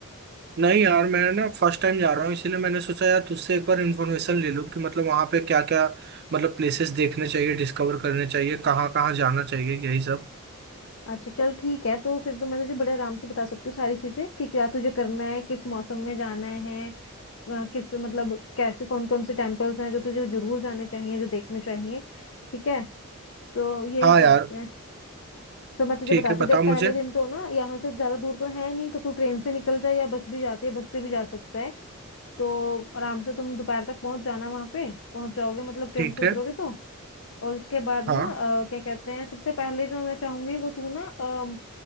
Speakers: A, on the right (about 50°); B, on the left (about 60°).
A: नहीं यार मैं ना फर्स्ट टाइम जा रहा हूँ इसीलिए मैंने सोचा यार तुझसे एक बार इन्फॉर्मेशन ले लूँ कि मतलब वहाँ पे क्या क्या मतलब प्लेसेस देखने चाहिए डिस्कवर करने चाहिए कहाँ कहाँ जाना चाहिए यही सब
B: अच्छा चल ठीक है तो फिर तो मैं तुझे बड़े आराम से बता सकती हूँ सारी चीजें कि क्या तुझे करना है किस मौसम में जाना है अ, किस मतलब कैसे कौन कौन से टेम्पल्स हैं जो तुझे जरूर जाने चाहिए जो देखने चाहिए ठीक है तो यही
A: हाँ
B: करते
A: यार
B: हैं तो मैं तुझे
A: ठीक
B: बताती
A: है
B: हूँ
A: बता
B: देख
A: मुझे
B: पहले दिन तो ना यहाँ से ज्यादा दूर तो है नहीं तो तू ट्रेन से निकल जाए या बस भी जाती है बस से भी जा सकता है तो आराम से तुम दोपहर तक पहुंच जाना वहां पे पहुंच जाओगे मतलब ट्रेन
A: ठीक
B: से उतरोगे
A: है
B: तो और उसके बाद ना
A: हाँ
B: अ, क्या कहते हैं सबसे पहले जो मैं चाहूंगी वो तू ना अ,